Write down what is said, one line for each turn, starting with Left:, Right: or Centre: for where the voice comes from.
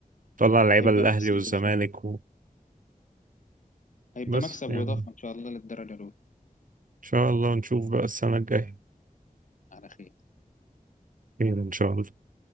Right: يطلع لعيبة
Left: هيبقى
Right: للأهلي
Left: مكسب
Right: والزمالك
Left: ان شاء الله هيبقى
Right: وبس
Left: مكسب
Right: يعني
Left: واضافة
Right: إن
Left: ان شاء الله للدرجة الاولى
Right: شاء الله نشوف بقى السنة الجاية
Left: على خير
Right: خير إن شاء الله